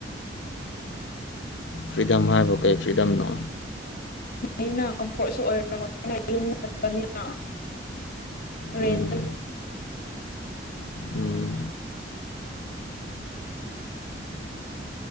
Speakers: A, on the left (about 80°); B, on the left (about 55°).
A: ꯐ꯭ꯔꯤꯗꯝ ꯍꯥꯢꯕꯨ ꯀꯥꯔꯤ ꯐ꯭ꯔꯤꯗꯝꯅꯣ
B: ꯂꯩ <inaudible> ꯅ ꯀꯝꯐꯣꯔꯠꯁꯨ ꯑꯣꯏꯝꯔꯕꯅꯤꯅ ꯌꯨꯝꯟꯕꯅꯤꯅ ꯔꯦꯟ
A: ꯎꯝ ꯎꯝ